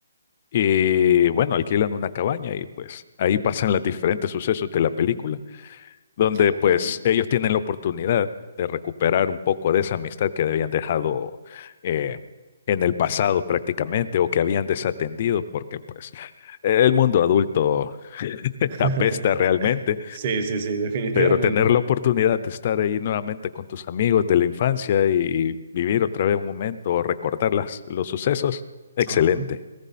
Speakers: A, on the left (about 35°); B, on the right (about 30°).
A: y bueno, alquilan una cabaña y pues ahí pasan los diferentes sucesos de la película donde
B: ok.
A: pues ellos tienen la oportunidad de recuperar un poco de esa amistad que habían dejado eh, en el pasado prácticamente o que habían desatendido porque pues el mundo adulto <laughs>
B: <laughs>
A: apesta realmente,
B: Sí, sí, sí, definitivamente.
A: pero tener la oportunidad de estar ahí nuevamente con tus amigos de la infancia y, y vivir otra vez un momento o recordar las, los sucesos, excelente.
B: Ajá.